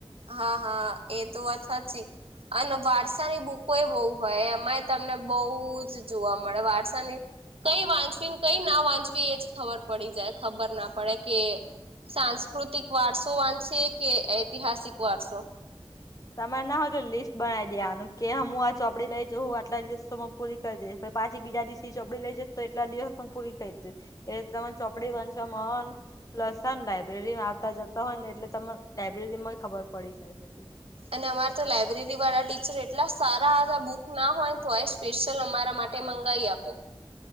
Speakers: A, on the right; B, on the left.
A: હા હા, એ તો વાત સાચી. અને વારસાની બુકો એ બહુ હોય, એમાં એ તમને બહુ જ જોવા મળે, વારસાની. કંઈ વાંચવીને કંઈ ના વાંચવી, એ જ ખબર પડી જાય, ખબર ના પડે કે સાંસ્કૃતિક વારસો વાંચીએ કે ઐતિહાસિક વારસો.
B: તમારે ના હોય તો લિસ્ટ બનાવી દે, આનું કે હું આ ચોપડી લઈ જાઉં, હું આટલા દિવસોમાં પૂરી કરી દઈશ. પાછી બીજા દિવસ ચોપડી લઈ જઈ, તો એટલા દિવસ પણ પૂરી કરી દે. એ તમે ચોપડી વાંચવા મન. પ્લસ, લાયબ્રેરીમાં આવતા જતા હોય ને, એટલે તને લાબ્રેરી માં ખબર પડી જાય બધી
A: અને અમારે તો લાઈબ્રેરી વાળા ટીચર એટલા સારા હતા, બુક ના હોય ને તો એ. સ્પેશિયલ અમારા માટે મંગાઈ આપે.